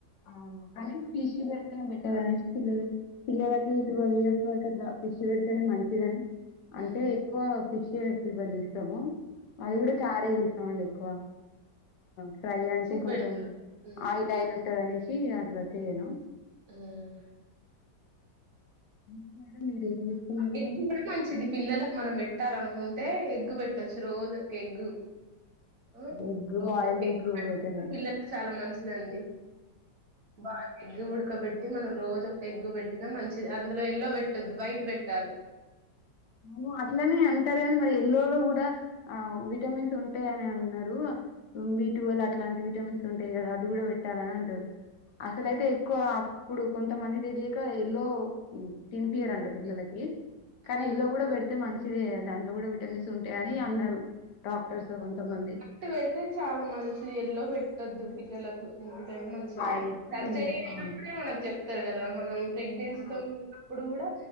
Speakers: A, on the left; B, on the right.
A: అవును కానీ ఫిష్ పెడితేనే బెటర్
B: కావాలి.
A: అనేసి పిల్లక్ పిల్ల ట్వెల్వ్ ఇయర్స్ వరకు అట్లా ఫిష్ పెడుతేనే మంచిదని
B: హ్మ్.
A: అంటే ఎక్కువ ఫిష్ ఏ పీపర్ చస్తాము అది
B: హ్మ్.
A: కూడా చారే చేస్తామండి ఎక్కువ ఫ్రై అంటే
B: సూప్
A: కొంచెం
B: బెడతారు. హ్మ్.
A: ఆయిల్ ఆయిల్ ఉంటది అనేసి అట్లా చేయను
B: హ్మ్.
A: ఇంకా మేడం మీరు ఏం చేస్తున్నారు
B: ఎగ్ కూడా మంచిది పిల్లలకు మనం పెట్ పెట్టాలనుకుంటే ఎగ్గు పెట్టచ్చు రోజొక్క ఎగ్గు ఆ
A: ఎగ్
B: <unintelligible>
A: బాయిల్డ్ ఎగ్ బెటరే
B: పిల్లలకు చాలా మంచి దండి బా తి ఎగ్ ఉడుకబెట్టి మనం రోజ్ ఒక్క ఎగ్ పెట్టినా మంచి అందులో ఎల్లో పెట్టోద్దూ వైట్ పెట్టాలి
A: అవును అట్లనే అంటారు కాని మళ్ళీ ఎల్లోలో కూడా ఆ విటమిన్స్ ఉంటాయి అని అన్నారు బీ టు వల్ల అట్లాంటి విటమిన్స్ ఉంటాయి కదా అది కూడా పెట్టాలని అంటారు అసలుయితే ఎక్కువ అప్పుడు కొంతమంది తెలియక ఎల్లో తినిపియారంట పిల్లలకి కానీ
B: హూ
A: ఎల్లో కూడా పెడితే మంచిదే దాంట్లో కూడా విటమిన్స్ ఉంటాయి అని అన్నారు డాక్టర్స్ కొంతమంది
B: వైట్ పెడితే చాలా మంచిది ఎల్లో పెట్టొద్దు పిల్లలకు ఎందుక మంచిది
A: వైట్
B: సర్జరీ
A: ఎల్లో
B: అయినప్పుడే
A: ఆ
B: మనకు చెప్తారు కదా మనం ప్రెగ్నెంన్స్
A: ఆ
B: తోనీ ఉన్నప్పుడు కూడా